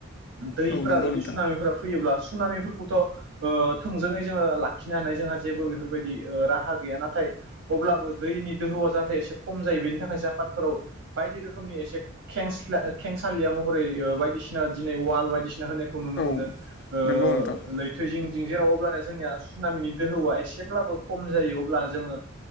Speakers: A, on the right; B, on the left.
A: दैफोरा
B: औ नंगौ
A: जुदि
B: नोंथां
A: सुनामिफोरा अब्ला सुनामिफोरखौथ' ओ थोंजोंङै जोङो लाखिनो हानाय जोंहा जेबो बेफोरबायदि राहा गैया नाथाय अब्लाबो दैनि दोहौआ जाहाथे एसे खम जायो बेनि थाखाय जापानफोराव बायदि रोखोमनि एसे थेंस खेंसालिया महरै बायदिसिना दिनै वाल बायदिसिना होनायखौ नुनो
B: औ
A: मोनो ओ
B: नंगौ नोंथां औ
A: लैथो जिं जिं जे अब्लानिया जोंनाया सुनामिनि दोहौआ एसेब्लाबो खम जायो अब्ला जोंङो